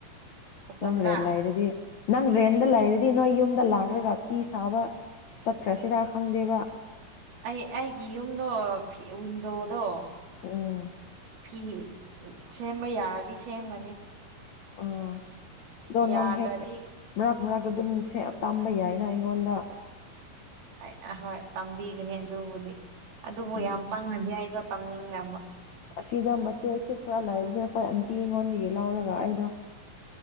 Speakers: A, on the right; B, on the left.
A: ꯈꯧꯄꯣꯝꯗ
B: ꯅꯪ ꯔꯦꯟ ꯂꯩꯔꯗꯤ ꯅꯪ ꯔꯦꯟꯗ ꯂꯩꯔꯗꯤ ꯅꯣꯏ ꯌꯨꯝꯗ ꯂꯥꯛꯈ꯭ꯔꯒ ꯐꯤ ꯁꯥꯕ ꯆꯠꯈ꯭ꯔꯁꯤꯔꯥ ꯈꯪꯗꯦꯕ
A: ꯑꯩ ꯑꯩꯒꯤ ꯌꯨꯝꯗꯣ ꯋꯤꯟꯗꯣꯗꯣ
B: ꯑꯥ
A: ꯐꯤ ꯁꯦꯝꯕ ꯌꯥꯔꯗꯤ ꯁꯦꯝꯒꯅꯤ
B: ꯑꯣ
A: ꯌꯥꯗ꯭ꯔꯗꯤ
B: ꯗꯣ ꯍꯦꯛ ꯃꯔꯛ ꯑꯗꯨꯝ ꯇꯝꯕ ꯌꯥꯏꯅ ꯑꯩꯉꯣꯟꯗ
A: ꯑꯩ ꯑꯍꯣꯏ ꯇꯝꯕꯤꯒꯅꯤ ꯑꯗꯨꯕꯨꯗꯤ ꯑꯗꯨꯕꯨ
B: ꯎꯝ
A: ꯌꯥꯝ ꯄꯥꯡꯅꯗꯤ ꯑꯩꯗꯣ ꯇꯝꯅꯤꯡꯅꯕ
B: ꯑꯁꯤꯗ ꯃꯆꯦ ꯑꯁꯨ ꯈꯔ ꯂꯩꯕꯅꯦ ꯑꯩꯈꯣꯏ ꯑꯟꯇꯤ ꯑꯩꯉꯣꯟꯗꯒꯤ ꯂꯧꯔꯒ ꯑꯩꯗꯣ